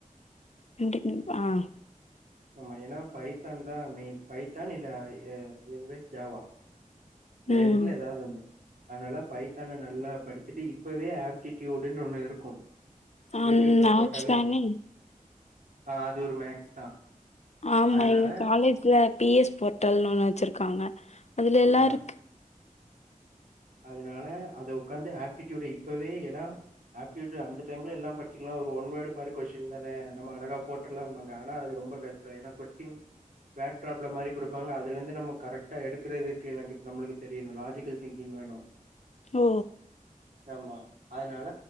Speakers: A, on the left (about 50°); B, on the right (about 75°).
A: கண்டினியூ ஆஹ்
B: ஆமா ஏன்னா பைத்தான் தா மெயின் பைத்தான் இல்ல எ எனிவேஸ் ஜாவா இந்த
A: ம்
B: ரெண்டல ஏதாவது ஒன்னு அதனால பைத்தான நல்லா படிச்சுட்டு இப்பவே ஆப்டிடியூடுன்னு ஒண்ணு இருக்கும்
A: ஆ
B: யூட்டூப்ல போட்டாலே
A: ஆப்ஸ் தானே
B: வரு ஆங் அது ஒரு மேக்ஸ் தா
A: ஆமா
B: அதனால
A: எங்க காலேஜ்ல பி எஸ் போர்ட்டல்னு ஒண்ணு வச்சிருக்காங்க அதுல எல்லா
B: ஆ
A: இருக்கு
B: அதனால அத உக்காந்து ஆப்டிடூயூட இப்பவே எனா ஆப்டிட்யூடு அந்த டைம்ல எல்லா படிச்சுக்கலா ஒரு ஒன் வேர்டு மாரி கொஸ்டின் தானே நம்ம ஆழகா போட் ருலாம்பாங்க ஆனா அது ரொம்ப கஷ்டம் எனா கொஸ்டின் பேட் ப்ராப்ளம் மாரி குடுப்பாங்க அதுலந்து நம்ம கரக்டா எடுக்கறதுக்கு எனக்கு நம்மளுக்கு தெரியணு லாஜிக்கல் திங்க் கிங் வேணு
A: ஓ
B: ஆமா அதனால